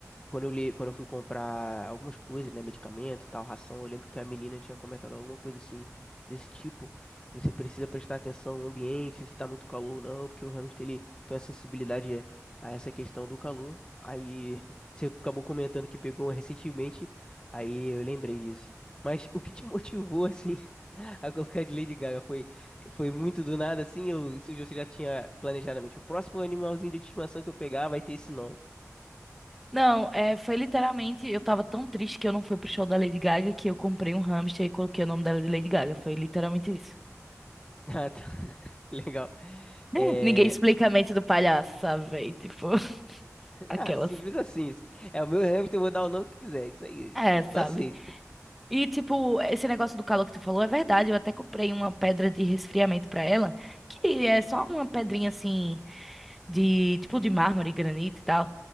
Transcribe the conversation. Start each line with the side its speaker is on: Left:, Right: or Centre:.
Left: quando eu, li, quando eu fui comprar algumas coisas, né, medicamento e tal, ração, eu lembro que a menina tinha comentado alguma coisa assim, desse tipo. Você precisa prestar atenção no ambiente, se tá muito calor ou não, porque o hamster, ele tem uma sensibilidade a essa questão do calor. Aí <laughs> você acabou comentando que pegou recentemente. Aí eu lembrei disso. Mas o que te motivou, assim, <laughs> a colocar de Lady Gaga? Foi, foi muito do nada, assim? Ou isso você já tinha planejado na mente? O próximo animalzinho de estimação que eu pegar vai ter esse nome. <laughs>
Centre: Não, é, foi literalmente. Eu tava tão triste que eu não fui pro show da Lady Gaga que eu comprei um hamster e coloquei o nome dela de Lady Gaga. Foi literalmente isso.
Left: Ah, tá. <laughs> Legal.
Centre: <laughs>
Left: É...
Centre: Ninguém explica a mente do palhaço, sabe, véi? Tipo, <laughs> aquelas.
Left: Ah, simples assim. assim. É o meu hamster, eu vou dar o nome que quiser. Isso aí.
Centre: É, sabe?
Left: Eu aceito.
Centre: E, tipo, esse negócio do calor que tu falou é verdade. Eu até comprei uma pedra de resfriamento pra ela, que é só uma pedrinha assim, de tipo de mármore, granito e tal.